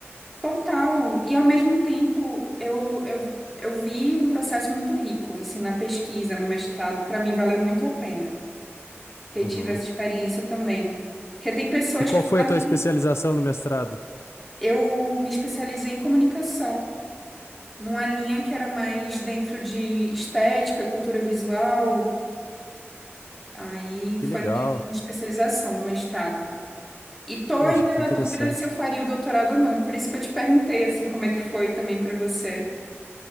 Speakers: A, in the centre; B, on the left.
A: Total. E ao mesmo tempo, eu, eu, eu vi um processo muito rico, assim, na pesquisa, no mestrado. Para mim, valeu muito a pena ter
B: Uhum.
A: tido essa experiência também. Porque tem pessoas
B: E qual
A: que fazem.
B: foi a tua especialização no mestrado?
A: Eu me especializei em comunicação, numa linha que era mais dentro de estética, cultura visual. Aí foi
B: Que legal.
A: minha especialização no mestrado. E tô
B: Poxa,
A: ainda
B: que
A: na
B: interessante.
A: dúvida se eu faria o doutorado ou não. Por isso que eu te perguntei, assim, como é que foi também para você.